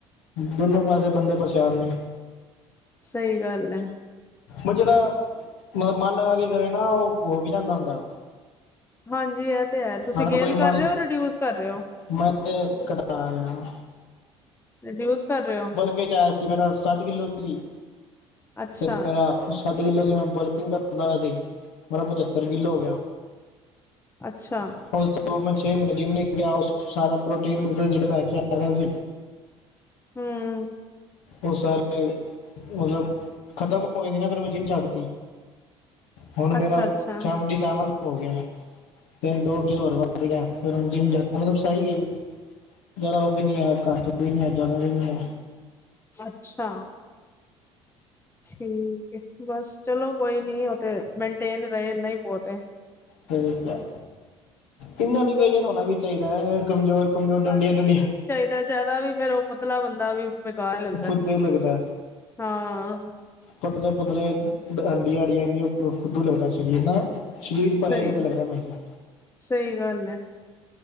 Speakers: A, on the left; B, on the left.
A: ਦੋਨੋ ਪਾਸੇ ਬੰਦੇ ਪਰੇਸ਼ਾਨ ਨੇ।
B: ਸਹੀ ਗੱਲ ਐ।
A: ਓਹ ਜਿਹੜਾ, ਮਨ ਲਗਾ ਕੇ ਕਰੇ ਨਾ ਉਹ ਹੋ ਵੀ ਜਾਂਦਾ ਹੁੰਦਾ।
B: ਹਾਂਜੀ ਇਹ ਤੇ ਹੈ ਤੁਸੀਂ
A: ਅਗਰ
B: ਗੇਨ
A: ਕੋਈ ਮਨ
B: ਕਰ ਰਹੇ ਰਿਡਿਊਸ ਕਰ ਰਹੇ ਹੋ।
A: ਮੈਂ ਤੇ ਘੱਟਾ ਰਿਹਾ।
B: ਰਿਡਿਊਸ ਕਰ ਰਹੇ ਓ।
A: ਫਿਰ ਚਾਰ, ਪਹਿਲਾਂ ਸੱਠ ਕਿਲੋ ਸੀ
B: ਅੱਛਾ
A: ਤੇ <unintelligible> ਸੱਠ ਕਿੱਲੋ ਸੀ ਮੈਂ ਬਲਕਿੰਗ ਕਰਦਾ ਸੀ ਮੇਰਾ ਪਚੱਤਰ ਕਿੱਲੋ ਹੋ ਗਿਆ।
B: ਅੱਛਾ।
A: <unintelligible> ਮੈਂ ਛੇ ਮਹੀਨੇ ਜਿੰਮ ਨੀ ਗਿਆ, <unintelligible> ਸਾਰਾ ਪ੍ਰੋਟੀਨ ਜਿਹੜਾ ਮੈਂ ਲੈਕੇ ਆਇਆ ਸੀ
B: ਹਮ।
A: ਉਹ ਸਾਰੇ, ਮਤਲਬ ਖ਼ਤਮ ਹੋ ਗਏ ਸੀ ਨਾ ਫਿਰ ਮ ਜਿੰਨ ਛੱਡ ਹੁਣ ਮੇਰਾ
B: ਅੱਛਾ ਅੱਛਾ
A: ਸੇਵਨਟੀ ਸੇਵਨ ਹੋ ਗਿਆ ਤਿੰਨ, ਦੋ ਕਿਲੋ ਹੋਰ ਵਧੱ ਗਿਆ। <unintelligible> ਸਹੀ ਐ ਜ਼ਿਆਦਾ ਉਹ ਵੀ ਐ ਘੱਟ ਵੀ ਨਹੀਂ ਐ ਜ਼ਿਆਦਾ ਵੀ ਨਹੀਂ ਐ।
B: ਅੱਛਾ। ਠੀਕ ਐਭਮਭਮ੍ਗ਼ ਬੱਸ ਚਲੋ ਕੋਈ ਨੀ ਉਹ ਤੇ ਮੇਨਟੇਨ ਰਹੇ ਇਨ੍ਹਾਂ ਹੀ ਬਹੁਤ ਹੈ।
A: ਠੀਕ ਐ, ਇਹਨਾਂ ਦੇ ਵਿਜਨ ਹੋਣਾ ਵੀ ਚਾਹੀਦਾ। ਕਮਜ਼ੋਰ-ਕਮਜ਼ੋਰ, ਡੰਡੀਆਂ-ਡੁੰਡੀਆਂ।
B: ਦ ਚਾਹੀਦਾ ਵੀ ਫੇਰ ਉਹ ਪਤਲਾ ਬੰਦਾ ਵੀ ਬੇਕਾਰ ਲੱਗਦਾ,
A: ਫੁੱਦੇ ਲੱਗਦਾ
B: ਹਾਂ।
A: ਪਤਲੇ-ਪਤਲੇ ਹੱਡੀਆਂ-ਹੱਡੀਆਂ ਆੜੀਆਂ ਖੁਦੂ ਲੱਗਦਾ ਸਰੀਰ ਨਾ ਸਰੀਰ ਭਰਾ
B: ਸਹੀ
A: ਹੀ ਵਧੀਆ ਲੱਗਦਾ ਮੈਂ ਕਿਹਾ
B: ਸਹੀ ਗੱਲ ਏ।